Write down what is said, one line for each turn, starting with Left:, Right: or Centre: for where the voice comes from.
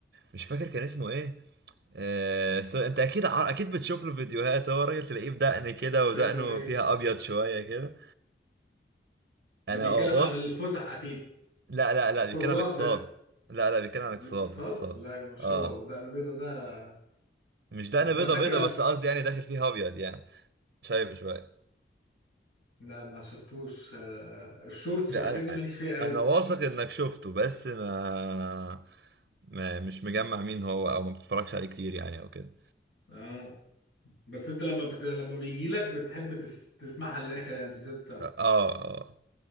Right: مش فاكر كان اسمه ايه آه، س- انت اكيد ع- اكيد بتشوف له فيديوهات هو راجل تلاقيه بدقن كده
Left: شكله
Right: ودقنه
Left: ايه
Right: فيها ابيض شوية كده انا
Left: ده بيتكلم
Right: أوص...
Left: عن الفسح اكيد
Right: لا لا لا
Left: الخروجات
Right: بيتكلم عن الاقتصاد
Left: ده
Right: لا لا بيتكلم عن الاقتصاد
Left: الاقتصاد
Right: اقتصاد
Left: لا يبقى مش
Right: اه
Left: هو وده انا بيضه ده
Right: مش دقن
Left: اصل انا
Right: بيضة
Left: فاكر
Right: بيضة بس
Left: أب-
Right: قصدي يعني داخل فيها ابيض يعني شايب شوية
Left: لا ما شفتوش آه، الشورتس
Right: لا
Left: والحاجات دي ماليش
Right: انا
Left: فيها قوي
Right: انا واثق انك شفته بس ما... ما مش مجمع مين هو او ما بتتفرجش عليه كتير يعني او كده
Left: اه بس انت لما بت... لما بيجي لك بتحب تس... تسمعها للاخر يعني الفيديوهات بتاعته
Right: اه اه